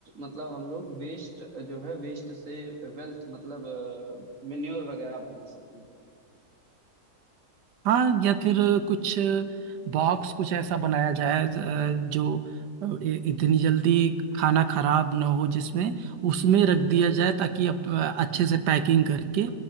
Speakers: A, on the right; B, on the right.
A: मतलब हम लोग वेस्ट जो है वेस्ट से वेल्थ मतलब मेन्योर वगैरह बना सकें
B: हाँ या फिर कुछ बॉक्स कुछ ऐसा बनाया जाए अ, जो अ, इ- इतनी जल्दी खाना खराब ना हो जिसमें उसमें रख दिया जाए ताकि अप, अच्छे से पैकिंग करके